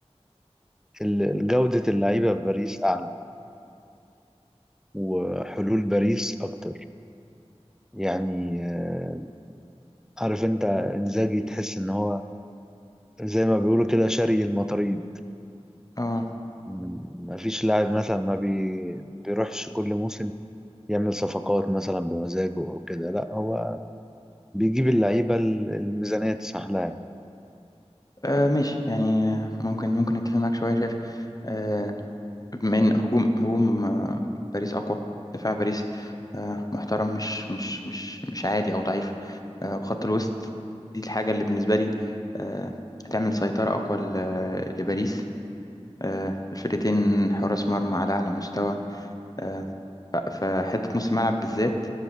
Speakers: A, in the centre; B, on the left.
A: ال- جودة اللعيبة في باريس أعلى وحلول باريس أكتر يعني آه، عارف أنت إنزاجي تحس إن هو زي ما بيقولوا كده شاري المطاريد
B: اه
A: م- مفيش لاعب مثلا ما بي... بيروحش كل موسم يعمل صفقات مثلا بمزاجه أو كده لا هو بيجيب اللعيبة ال- الميزانية تسمح لها يعني.
B: آه ماشي يعني آه، ممكن ممكن اتفق معاك شويه شايف آه بما ان هجوم هجوم آه، باريس اقوى دفاع باريس آه محترم مش مش مش مش عادي او ضعيف آه وخط الوسط دي الحاجه اللي بالنسبه لي آه هتعمل سيطره اقوى ل- لباريس آه الفرقتين حراس مرمى على اعلى مستوى آه فحته نص الملعب بالذات